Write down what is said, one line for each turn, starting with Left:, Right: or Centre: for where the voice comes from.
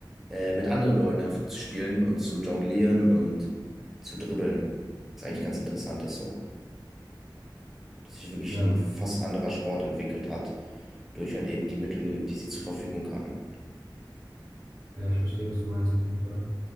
Centre: äh, mit anderen Leuten einfach zu spielen und zu jonglieren und zu dribbeln. Was eigentlich ganz interessant ist so dass sich wirklich
Right: Ja,
Centre: ein fast anderer Sport entwickelt hat, durch halt eben die Mittel, die sie zur Verfügung hatten.
Right: ja, ich verstehe, was du meinst auf jeden Fall.